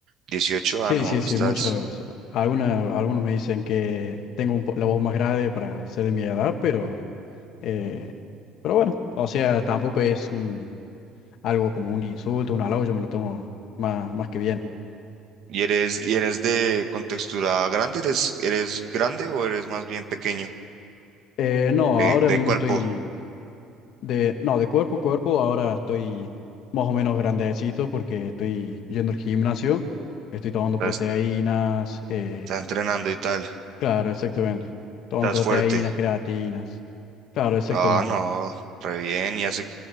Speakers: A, on the right (about 50°); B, on the left (about 55°).
A: 18,
B: Sí,
A: ah, no,
B: sí, sí,
A: estás.
B: muchos, alguna- algunos me dicen que tengo un po- la voz más grave para ser de mi edad, pero, eh, pero bueno, o sea, tampoco es un, algo como un insulto, un halago, yo me lo tomo más, más que bien.
A: ¿Y eres, y eres de contextura grande? ¿Eres, eres grande o eres más bien pequeño?
B: Eh, no,
A: De,
B: ahora
A: de
B: mismo
A: cuerpo,
B: estoy de, no, de cuerpo a cuerpo, ahora estoy más o menos grandecito porque estoy yendo al gimnasio, estoy tomando
A: estás,
B: proteínas, eh,
A: estás entrenando y tal,
B: claro, exactamente, tomando
A: estás
B: proteínas,
A: fuerte.
B: creatinas, claro, exactamente.
A: Ah, no, re bien. ¿Y hace